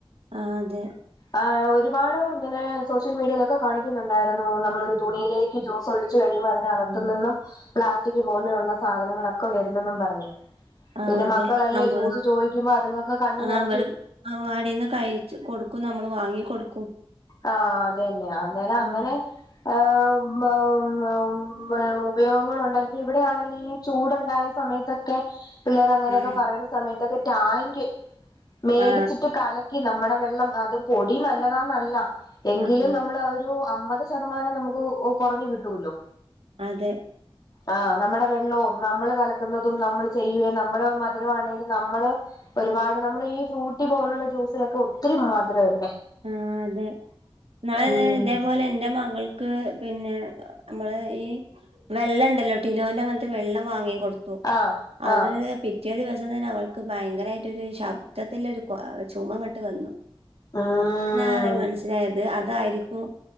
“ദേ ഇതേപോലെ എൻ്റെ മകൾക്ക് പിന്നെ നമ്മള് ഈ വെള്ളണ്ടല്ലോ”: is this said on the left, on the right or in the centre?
Right